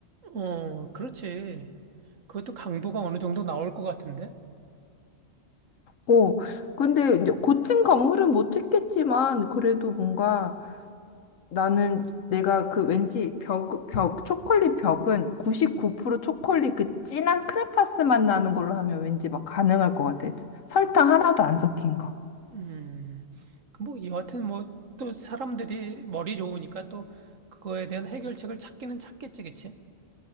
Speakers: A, on the right; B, on the left.
A: 어, 그렇지. 그것도 강도가 어느 정도 나올 것 같은데?
B: 어, 근데 이제 고층 건물은 못 짓겠지만 그래도 뭔가 나는 내가 그 왠지 벽, 벽, 초콜릿 벽은 99% 초콜릿 그 진한 크레파스 맛 나는 걸로 하면 왠지 막 가능할 것 같아. 설탕 하나도 안 섞인 거.
A: 음, 그 뭐 여하튼 뭐 또 사람들이 머리 좋으니까 또 그거에 대한 해결책을 찾기는 찾겠지, 그치?